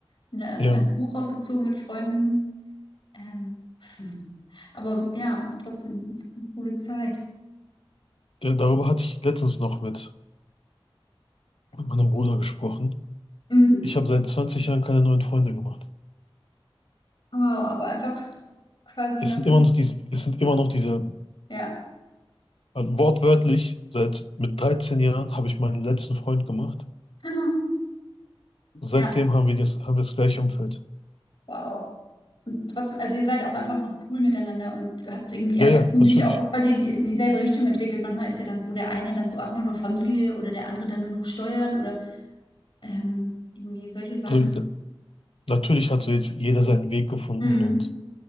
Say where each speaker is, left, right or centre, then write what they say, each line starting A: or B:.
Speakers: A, on the left; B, on the left.
A: Bin da erstmal
B: ja.
A: ins Hochhaus gezogen mit Freunden. Ähm, <laughs> aber ja, trotzdem einfach eine coole Zeit.
B: Ja, Darüber hatte ich letztens noch mit, mit meinem Bruder gesprochen.
A: Mhm.
B: Ich habe seit 20 Jahren keine neuen Freunde gemacht.
A: Wow, aber einfach quasi
B: Es
A: noch
B: sind immer
A: nie.
B: noch diese, es sind immer noch diese
A: Ja.
B: Also Wortwörtlich, seit mit 13 Jahren habe ich meinen letzten Freund gemacht.
A: <laughs>
B: Seitdem
A: Ja,
B: haben wir das, haben wir das gleiche Umfeld.
A: wow. Und trotzdem, also ihr seid auch einfach noch cool miteinander und habt irgendwie,
B: Ja,
A: also
B: ja,
A: und
B: natürlich.
A: sich ja auch quasi in, in dieselbe Richtung entwickelt. Manchmal ist ja dann so der eine dann so, ach, nur noch Familie oder der andere dann nur noch Steuern oder ähm, irgendwie solche Sachen.
B: Also, ja, natürlich hat so jetzt jeder seinen Weg gefunden
A: Mhm.
B: und